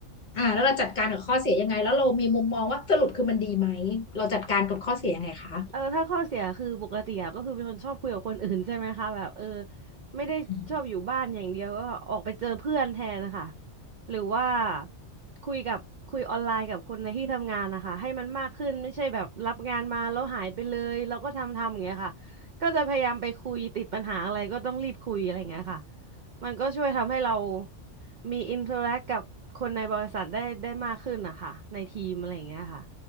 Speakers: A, on the left; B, on the right.
A: อ่าแล้วเราจัดการกับข้อเสียยังไงแล้วเรามีมุมมองว่าสรุปคือมันดีไหมเราจัดการกับข้อเสียยังไงคะ
B: เออถ้าข้อเสียคือปกติอะก็คือเป็นคนชอบคุยกับคนอื่นใช่ไหมคะแบบเออไม่ได้ชอบอยู่บ้านอย่างเดียวก็ออกไปเจอเพื่อนแทนนะคะ
A: อืม
B: หรือว่าคุยกับคุยออนไลน์กับคนในที่ทำงานนะคะให้มันมากขึ้นไม่ใช่แบบรับงานมาแล้วหายไปเลยแล้วก็ทำทำอย่างเงี้ยค่ะก็จะพยายามไปคุยติดปัญหาอะไรก็ต้องรีบคุยอะไรอย่างเงี้ยค่ะมันก็ช่วยทำให้เรามีอินเทอร์แอคกับคนในบริษัทได้ได้มากขึ้นนะคะในทีมอะไรอย่างเงี้ยค่ะ